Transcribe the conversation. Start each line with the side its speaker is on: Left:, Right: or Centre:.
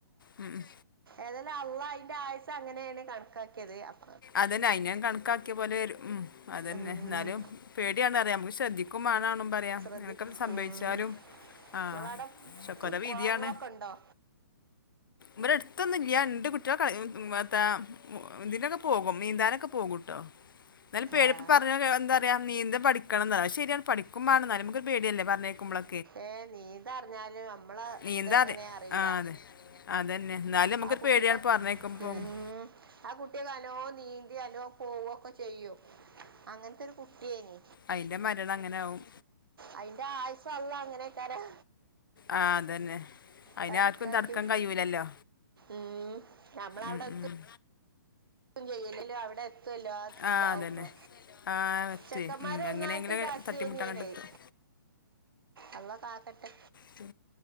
Left: ഉം ഉം.
Right: ഏതാലും അല്ലാഹ് അയിന്റെ ആയ്സ്സ് അങ്ങനേണ് കണക്കാക്കിയത്. അപ്
Left: അതന്നെ അയിനൻ കണക്കാക്കിയ പോലെ വെരും ഉം അതന്നെ
Right: ഉം,
Left: ന്നാലും. പേടിയാണ്റ്യാ നമുക്ശ്രദ്ധിക്കും മണാണും പ റയാ
Right: ശ്രദ്ധി
Left: നിനക്കെന്ത് സംഭവിച്ചാലും
Right: ഉം.
Left: ആഹ്
Right: നിങ്ങളവിടെ
Left: ഷോക്കൊരോ
Right: തു-
Left: വീധിയാണ്.
Right: കുളങ്ങളൊക്കെ ഉണ്ടോ
Left: ബ്ടെ എടുത്തൊന്നുല്ല്യാ ഇണ്ട് കുട്ട്യാളെ കൾ ഉം എത്താ ഉം ഇന്തിനൊക്കെ പോകും ന്നീന്താനൊക്കെ പോകുംട്ടോ. ന്നാലും പേടി
Right: ആ
Left: പ്പ പറഞ്ഞ എന്താ പറയാ നീന്ത പഠിക്കണന്നാ ശെരിയാണ് പഠിക്കുംമാണം എന്നാലും ന്നമുക്കൊരു പേടിയല്ലേ പറഞ്ഞെ കേക്കുമ്പളൊ
Right: ഏഹ് നീന്താർഞ്ഞാല് ന്നമ്മളെ
Left: നീന്താ
Right: ഇതെങ്ങനെ
Left: അറി
Right: അറീല.
Left: ആ അതെ അതന്നെ എന്നാലും നമുക്കൊരു
Right: ആഹ് കുട്ടിക്കൊക്
Left: പേടിയാണ് പറഞ്ഞേക്കും പോകുമ്പോ
Right: ഉം ആ കുട്ടിയൊക്കെ അലോം നീന്തി അലോം പോവൊക്കെ ചെയ്യും അങ്ങൻ ത്തൊരു കുട്ടിയേനി.
Left: അയിന്റെ മരണ അങ്ങനെ ആവും
Right: അയിന്റെ ആയ്സ്സ് അള്ളാ അങ്ങനെയ്ക്കാരം
Left: ആ അതന്നെ അതിനെ
Right: കണക്കാക്കിം
Left: ആർക്കും തടുക്കാൻ കഴിയൂലല്ലോ
Right: ഉം നമ്മളവിടെത്ത്
Left: ഉം, ഉം.
Right: ചെയ്യലല്ലോ അവിടെ എത്തല്ലോ ആഹ്
Left: ആ
Right: ഇതാവുമ്പോ?
Left: അതന്നെ ആ എത്തി
Right: ചെക്കന്മാര്
Left: ഉം, എങ്ങനെയെങ്കിലും
Right: ഒന്നായിട്ട് ഇതാക്കിയേന്നെ
Left: തട്ടിമുട്ടാൻ കണ്ടെത്തും
Right: ണെയ് അള്ളകാക്കട്ടെ
Left: ത്ത്